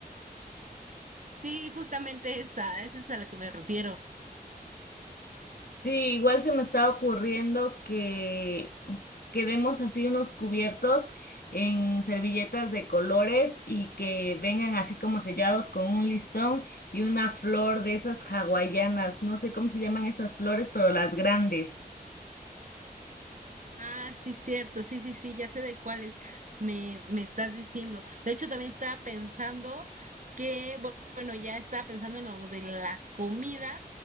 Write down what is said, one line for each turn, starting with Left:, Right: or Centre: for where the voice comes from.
Right: Sí, justamente esa, esa es a la que me refiero.
Left: Sí, igual se me está ocurriendo que quedemos así unos cubiertos en servilletas de colores y que vengan así como sellados con un listón y una flor de esas hawaianas. No sé cómo se llaman esas flores, pero las grandes.
Right: Ah, sí, cierto, sí, sí, sí, ya sé de cuáles me, me estás diciendo. De hecho, también estaba pensando que, bu- bueno, ya estaba pensando en lo de la comida